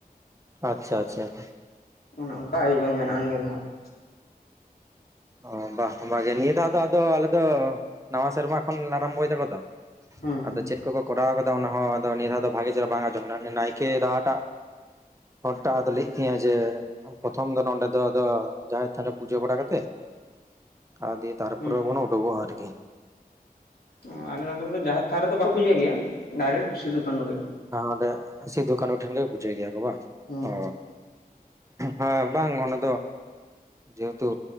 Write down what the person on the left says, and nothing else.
ᱚᱱᱮ ᱚᱱᱠᱟ ᱟᱭᱳᱡᱚᱱ ᱢᱮᱱᱟᱜᱼᱟ ᱱᱤᱭᱟᱹ ᱫᱷᱟᱸᱜ ᱾
ᱦᱟᱸᱜ
ᱦᱩᱸ
ᱦᱩᱸ
ᱚ ᱟᱞᱮ ᱱᱚᱸᱰᱮ ᱫᱚ ᱡᱟᱦᱮᱨ ᱛᱷᱟᱱ ᱨᱮᱫᱚ ᱵᱟᱠᱚ ᱯᱩᱡᱟᱹ ᱜᱮᱭᱟ ᱰᱟᱭᱨᱮᱠᱴ ᱥᱤᱫᱩ ᱠᱟᱹᱱᱩ ᱨᱮ᱾
ᱦᱩᱸ